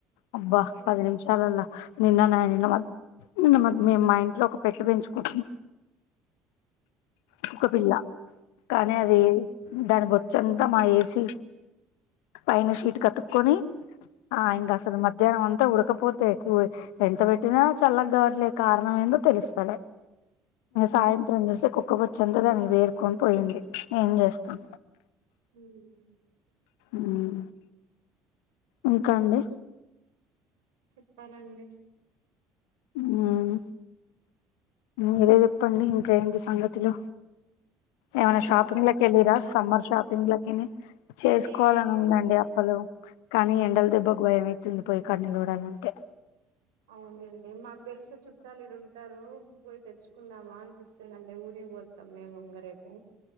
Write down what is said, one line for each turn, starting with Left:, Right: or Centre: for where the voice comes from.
Left: అబ్బా
Right: ఉమ్
Left: పది నిమిషాలల్ల నిన్న నా నిన్న మ నిన్న మ మేము మా ఇంట్లో ఒక పెట్టు పెంచుకుంటున్నా కుక్క పిల్ల కానీ అది దాని బొచ్చంతా మా ఏ సి పైన షీట్ కు అతుకొని ఆ ఇంగ అసలు మధ్యాహ్నం అం త ఉడకపోతే ఎంత పెట్టినా చల్లగా కావట్లే కారణం ఏందో తెలుస్తలే
Right: ఉమ్
Left: సాయంత్రం చూస్తే కుక్క బొచ్చంత దానికి పేరుకొని పోయింది ఏమ్ చేస్తాం
Right: ఉం
Left: ఉం ఇంకా అండి
Right: చెప్పాలండి
Left: ఉం మీరే చెప్పండి ఇంకా ఏంటి సంగతులు ఏమైనా షాపింగ్
Right: అప్పలు
Left: లకి
Right: చేసుకుంటురా
Left: వెల్లిరా సమ్మర్
Right: అండి మరి
Left: షాపింగ్ లకి ని చేసుకోవాలని
Right: ఏం పోలేదు
Left: ఉందండి అప్పలు కానీ ఎండల
Right: ఉమ్,
Left: దెబ్బకు భయమయితుంది పొయ్యి కాడ నిలబడాలంటే
Right: అవునండి మాకు తెలిసిన చుట్టాలు ఇడ ఉంటారు పో తెచ్చుకుందామా అనిపిస్తుందండి ఊరికి పోతాం మేము ఇంగ రేపు